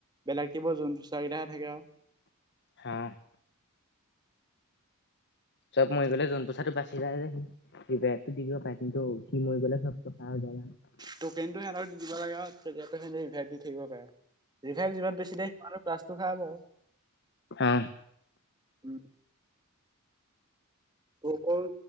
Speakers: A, on the right; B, on the left.
A: বেলেগ টিমৰ জোন পোছাৰ কেইটাহে থাকে আৱ
B: হা চব মৰি গ'লে জোন পোছাৰটো বাচি যায় যে সি ৰিভাইভ টো দি দিব পাৰে। কিন্তু সি মৰি গলে চব চফা হৈ যায় আৱ।
A: টকেনতো সিহঁতক দি দিব লাগে আৱ তেতিয়াটো সেতি ৰিভাইভ দি থাকিব পাৰে। ৰিভাইভ যিমান বেছি দিয়ে সিমানো প্লাচটো খাই বাৰু।
B: অ
A: উম ককৰ